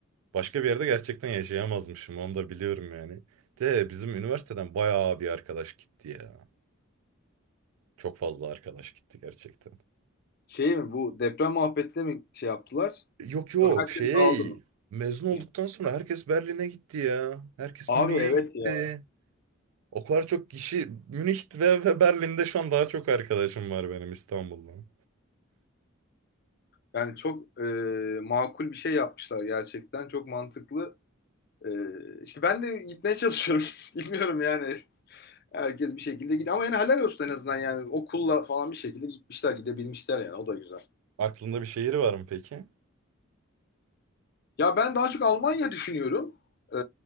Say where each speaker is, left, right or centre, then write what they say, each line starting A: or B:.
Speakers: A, on the right (about 80°); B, on the left (about 45°).
A: başka bir yerde gerçekten yaşayamazmışım onu da biliyorum yani. De bizim üniversiteden bayağı bir arkadaş gitti ya. Çok fazla arkadaş gitti gerçekten.
B: şey mi bu deprem muhabbetle mi şey yaptılar?
A: Yok yok
B: Yok herkes
A: şey
B: dağıldı mı?
A: mezun olduktan
B: Hı.
A: sonra herkes Berlin'e gitti ya. Herkes
B: Abi
A: Münih'e
B: evet
A: gitti.
B: ya.
A: O kadar çok kişi Münih ve, ve Berlin'de şu an daha çok arkadaşım var benim İstanbul'dan.
B: Yani çok e, makul bir şey yapmışlar gerçekten. Çok mantıklı. E, işte ben de gitmeye çalışıyorum. <laughs> Bilmiyorum yani. Herkes bir şekilde gidiyor. Ama yani helal olsun en azından yani. Okulla falan bir şekilde gitmişler, gidebilmişler yani. O da güzel.
A: Aklında bir şehir var mı peki?
B: Ya ben daha çok Almanya düşünüyorum. Ee,